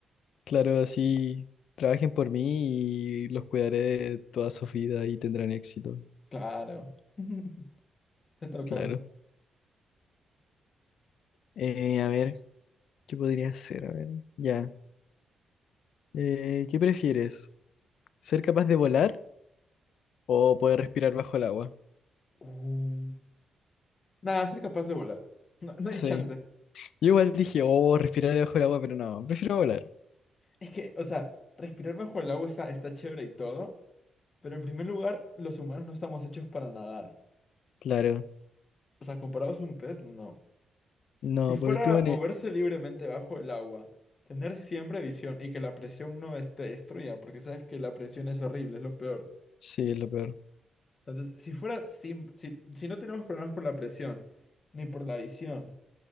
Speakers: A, on the left; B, on the left.
A: Claro, así trabajen por mí y los cuidaré de toda su vida y tendrán éxito,
B: Claro. <laughs> Te toca.
A: claro. Eh, a ver, ¿qué podría hacer? A ver, ya. Eh, ¿qué prefieres? ¿Ser capaz de volar o poder respirar bajo el agua?
B: Uh, nada, ser capaz de volar. No, no hay
A: Sí.
B: chance.
A: Yo igual dije, oh, respirar bajo el agua, pero no, prefiero volar.
B: Es que, o sea, respirar bajo el agua está, está chévere y todo, pero en primer lugar, los humanos no estamos hechos para nadar.
A: Claro.
B: O sea, comparados a un pez, no.
A: No,
B: Si fuera
A: por último, en
B: moverse
A: e-
B: libremente bajo el agua, tener siempre visión y que la presión no esté destruya, porque sabes que la presión es horrible, es lo peor.
A: sí, es lo peor.
B: Entonces, si fuera sin, si, si no tenemos problemas por la presión, ni por la visión.